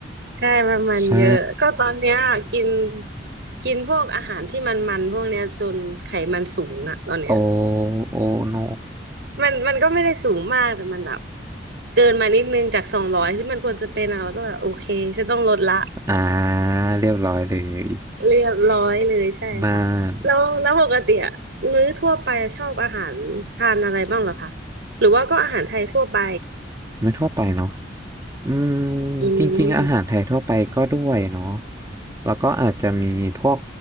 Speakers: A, on the right (about 70°); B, on the right (about 20°).
A: ใช่มันมันเยอะก็ตอนเนี้ยกิน
B: ใช่
A: กินพวกอาหารที่มันมันพวกเนี้ยจนไขมันสูงอะตอนเนี้ย
B: โอโอโน
A: <laughs> มันมันก็ไม่ได้สูงมากแต่มันแบบเกินมานิดนึงจากสองร้อยที่มันควรจะเป็นอะแล้วก็แบบโอเคฉันต้องลดละ
B: อ่าเรียบร้อยเลย
A: เรียบร้อยเลยใช่ค่ะแล้วแล้วปกติอะมื้อทั่วไปชอบอาหารทานอะไรบ้างเหรอคะ
B: น่าน
A: หรือว่าก็อาหารไทยทั่วไป
B: ไม่ทั่วไปเนาะอืม
A: อืม
B: จริงๆอาหารไทยทั่วไปก็ด้วยเนาะ แล้วก็อาจจะมีพวก